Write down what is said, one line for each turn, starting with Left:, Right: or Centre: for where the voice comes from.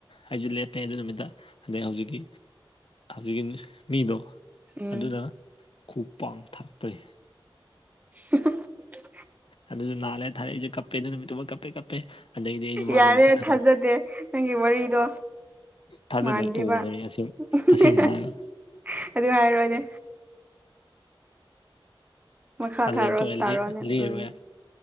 Left: ꯑꯩꯁꯨ ꯂꯦꯞꯄꯦ ꯑꯗꯨ ꯅꯨꯃꯤꯠꯇ ꯑꯗꯩ ꯍꯧꯖꯤꯛꯀꯤ ꯍꯧꯖꯤꯛꯀꯤ ꯃꯤꯗꯣ
Right: ꯎꯝ
Left: ꯑꯗꯨꯅ ꯈꯨ ꯄꯥꯡ ꯊꯥꯔꯛꯄꯖꯤ
Right: <inaudible>
Left: ꯑꯗꯨꯁꯨ ꯂꯥꯂꯩ ꯊꯥꯔꯛꯑꯦ ꯑꯩꯁꯦ ꯀꯞꯄꯦ ꯑꯗꯨ ꯅꯨꯃꯤꯠꯇꯨꯃꯥ ꯀꯞꯄꯦ ꯀꯞꯄꯦ ꯑꯗꯩꯗꯤ ꯑꯩꯁꯨ ꯃꯥꯗꯣ
Right: ꯌꯥꯔꯦ
Left: ꯃꯁꯛ ꯈꯪ
Right: ꯊꯥꯖꯗꯦ ꯅꯪꯒꯤ ꯋꯥꯔꯤꯗꯣ
Left: ꯊꯥꯖꯗꯕ
Right: ꯃꯥꯟꯗꯦꯕ
Left: ꯇꯣꯡꯗꯕꯅꯤ ꯑꯁꯦꯡ
Right: <unintelligible>
Left: ꯑꯁꯦꯡꯕ ꯍꯥꯏꯔꯒ
Right: ꯑꯗꯨ ꯍꯥꯏꯔꯣꯅꯦ ꯃꯈꯥ
Left: ꯊꯥꯖꯗ
Right: ꯊꯔꯣ
Left: ꯇꯣꯛꯑꯦ
Right: ꯇꯥꯔꯣꯅꯦ
Left: ꯂꯤꯔꯔꯣꯏ
Right: ꯎꯝ